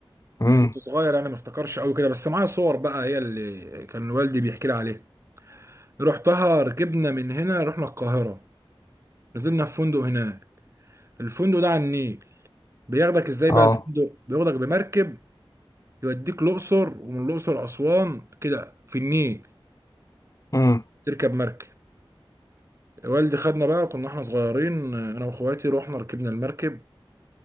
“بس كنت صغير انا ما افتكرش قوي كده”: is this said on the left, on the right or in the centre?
Right